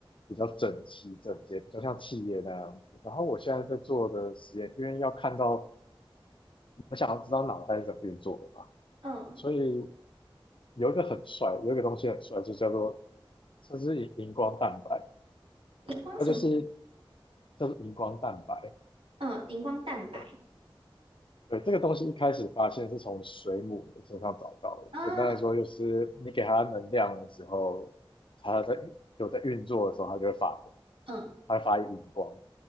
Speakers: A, on the left (about 65°); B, on the right (about 75°).
A: 比较整齐整洁，比较像企业那样子。然后我现在在做的实验，因为要看到我想要知道脑袋是怎么运作的嘛，
B: 嗯，
A: 所以有一个很帅，有一个东西很帅，就叫做。这是荧荧光蛋白，
B: 荧光什么？
A: 它就是叫做荧光蛋白。
B: 嗯，荧光蛋白
A: 对对，这个东西一开始发现是从水母的身上找到的。
B: 啊，
A: 简单来说，就是你给它能量的时候，它在有在运作的时候，它就会发光，
B: 嗯
A: 它会发荧光。